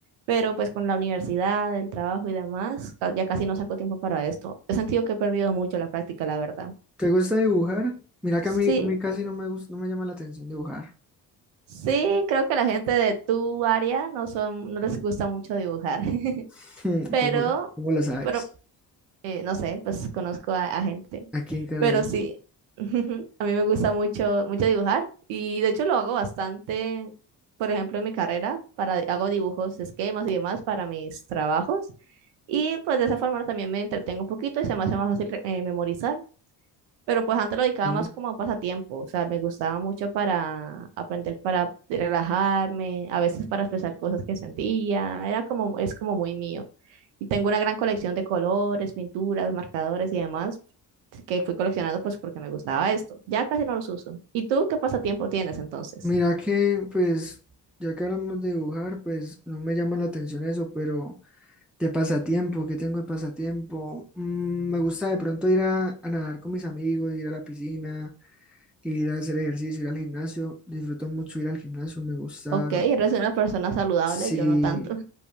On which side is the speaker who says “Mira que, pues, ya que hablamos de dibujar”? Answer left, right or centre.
Centre